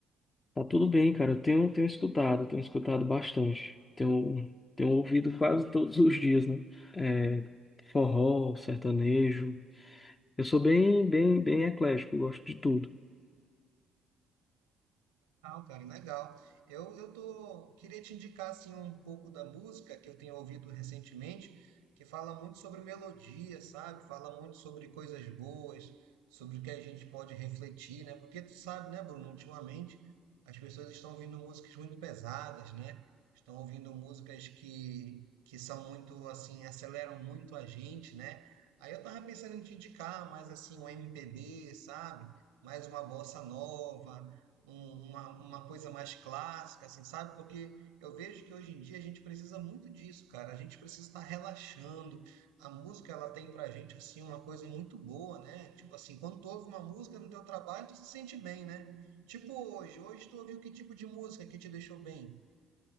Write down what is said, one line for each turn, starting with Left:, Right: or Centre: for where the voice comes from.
Left: Tá tudo bem, cara. Eu tenho, tenho escutado, tenho escutado bastante. Tenho, tenho ouvido quase todos os dias, né? É, forró, sertanejo. Eu sou bem, bem, bem eclético, gosto de tudo.
Right: cara, legal. Eu, eu tô, queria te indicar assim um pouco da música que eu tenho ouvido recentemente, que fala muito sobre melodia, sabe? Fala muito sobre coisas boas, sobre o que a gente pode refletir, né? Porque tu sabe, né, Bruno, ultimamente as pessoas estão ouvindo músicas muito pesadas, né? Estão ouvindo músicas que que são muito assim, aceleram muito a gente, né? Aí eu tava pensando em te indicar mais assim um MPB, sabe? mais uma bossa nova, um- uma, uma coisa mais clássica, assim, sabe? Porque eu vejo que hoje em dia a gente precisa muito disso, cara. A gente precisa estar relaxando. A música, ela tem pra gente, assim, uma coisa muito boa, né? Tipo assim, quando tu ouve uma música no teu trabalho, tu se sente bem, né? Tipo hoje, hoje tu ouviu que tipo de música que te deixou bem?